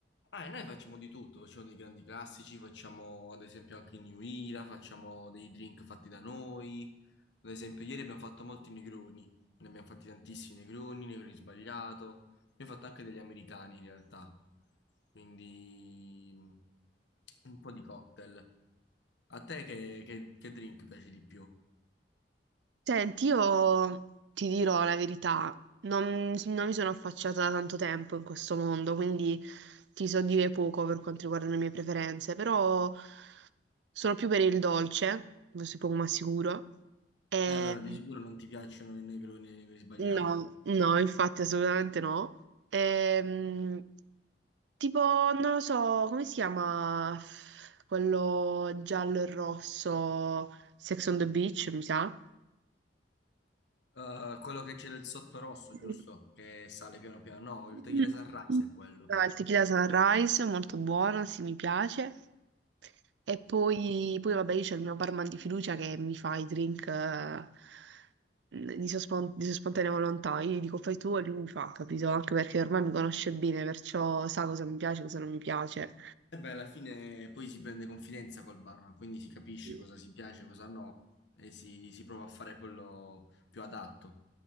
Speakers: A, on the left (about 80°); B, on the right (about 75°).
A: Ah, e noi facciamo di tutto, facciamo dei grandi classici, facciamo ad esempio anche il New Era, facciamo dei drink fatti da noi, Ad esempio, ieri abbiamo fatto molti negroni, ne abbiamo fatti tantissimi negroni, negroni sbagliato, abbiamo fatto anche degli americani in realtà, quindi mm, un po' di cocktail. A te che, che- che drink piace di più?
B: Senti, io ti dirò la verità, non, non mi sono affacciata da tanto tempo in questo mondo, quindi ti so dire poco per quanto riguarda le mie preferenze, però sono più per il dolce, questo è poco ma sicuro. E,
A: Eh, allora di sicuro non ti piacciono i negroni e i negroni sbagliato.
B: No, no, infatti assolutamente no. Ehm, tipo, non lo so, come si chiama quello giallo e rosso, Sex on the Beach, mi sa?
A: Eh, quello che c'è del sotto rosso,
B: Sì.
A: giusto? Che sale piano piano, no, il
B: Mm.
A: tequila sunrise è quello.
B: Ah, il tequila Sunrise, è molto buono, sì, mi piace. E poi, poi vabbè, io c'ho il mio barman di fiducia che mi fa i drink eh, di sua, spon- di sua spontanea volontà. Io gli dico fai tu e lui mi fa, capito? Anche perché ormai mi conosce bene, perciò sa cosa mi piace e cosa non mi piace.
A: E beh, alla fine poi si prende confidenza col barman, quindi si capisce
B: Sì.
A: cosa si piace, cosa no, e si, si prova a fare quello più adatto.